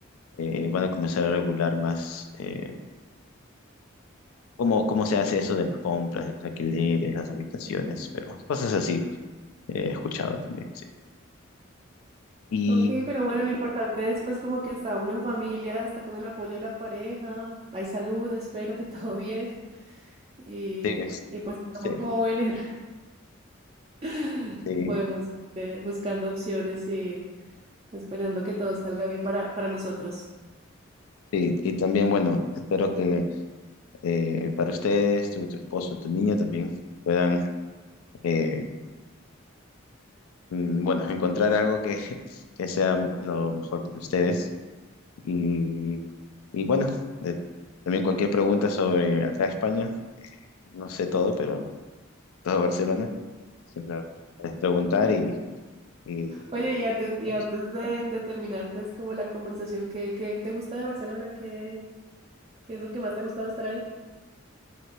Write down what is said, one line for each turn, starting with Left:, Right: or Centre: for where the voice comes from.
Left: eh, van a comenzar a regular más eh, cómo, cómo se hace eso de las compras, de los alquileres, las habitaciones, pero cosas así eh, he escuchado también, sí. Y
Right: Ok, pero bueno,
Left: eh,
Right: lo importante es pues como que está uno en familia, está con el apoyo de la pareja, hay salud, espero que todo <laughs> bien y,
Left: sí, es-
Right: y pues estamos
Left: sí,
Right: jóvenes, <laughs>
Left: sí,
Right: podemos ir buscando opciones y esperando que todo salga bien para, para nosotros.
Left: sí. Y también, bueno, espero que eh, para ustedes, tu, tu esposo, tu niña también puedan, eh, mm, bueno, encontrar algo que, que sea lo mejor para ustedes Y, y bueno, eh, también cualquier pregunta sobre acá España, no sé todo, pero todo Barcelona, siempre puedes preguntar y, y
Right: Oye, y antes, y
Left: vamos.
Right: antes de, de terminar pues como la conversación, ¿qué, qué te gusta de Barcelona? ¿Qué, qué es lo que más te ha gustado estar ahí?